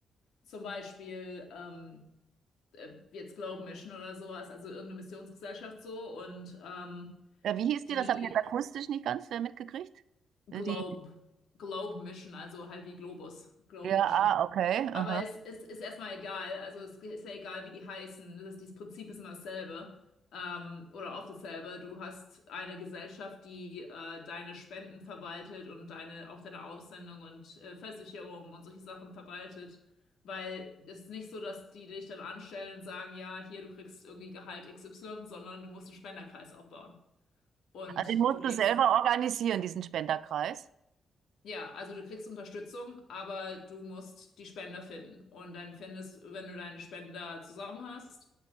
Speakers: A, on the left; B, on the right.
A: zum Beispiel ähm, äh, jetzt Globe Mission oder sowas, also irgendeine Missionsgesellschaft so und ähm,
B: Äh, wie hieß
A: die
B: die? Das habe ich jetzt akustisch nicht ganz äh, mitgekriegt. Äh,
A: Globe,
B: Die,
A: Globe Mission, also halt wie Globus, Globe
B: ja,
A: Mission.
B: ah, okay.
A: Aber
B: Aha.
A: es ist, ist erstmal egal. Also es ist ja egal, wie die heißen. Das, das Prinzip ist immer dasselbe. Ähm, oder oft dasselbe. Du hast eine Gesellschaft, die äh, deine Spenden verwaltet und deine, auch deine Aussendung und äh, Versicherung und solche Sachen verwaltet. Weil es ist nicht so, dass die dich dann anstellen und sagen, ja, hier, du kriegst irgendwie Gehalt XY, sondern du musst einen Spenderkreis aufbauen. Und
B: Also den musst
A: du lebst
B: du selber organisieren, diesen Spenderkreis.
A: Ja, also du kriegst Unterstützung, aber du musst die Spender finden. Und dann findest, wenn du deine Spender zusammen hast,